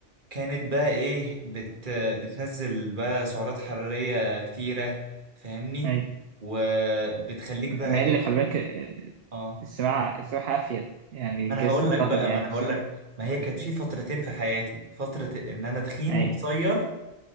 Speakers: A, on the right; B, on the right.
A: كانت بقى ايه بت بتنزل بقى سعرات حرارية كتيرة فاهمني
B: ايوه
A: وبتخليك
B: مع
A: بقى ايه
B: اللي خلي بالك آه،
A: اه
B: السباحة السباحة أفيد يعني
A: ما
B: الجسم
A: انا هقول
B: أعتقد
A: لك بقى
B: يعني
A: ما انا
B: السباحة
A: هقول لك ما هي كانت
B: يعني
A: في فترتين في حياتي فترة ان انا تخين
B: أي
A: وقصير